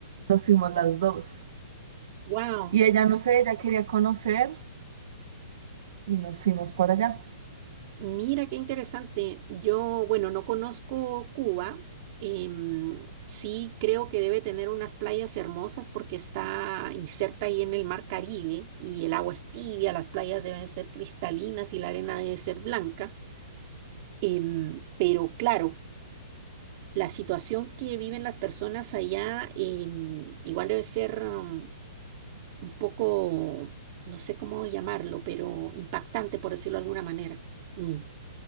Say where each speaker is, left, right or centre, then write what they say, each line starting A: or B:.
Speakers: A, on the right; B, on the right.
A: nos fuimos las dos.
B: wow,
A: Y ella, no sé, ella quería conocer y nos fuimos para allá.
B: mira qué interesante. Yo, bueno, no conozco Cuba, em, sí creo que debe tener unas playas hermosas porque está inserta ahí en el mar Caribe y el agua es tibia, las playas deben ser cristalinas y la arena debe ser blanca, Em, pero claro, la situación que viven las personas allá em, igual debe ser... mm, un poco, no sé cómo llamarlo, pero impactante, por decirlo de alguna manera. Mm,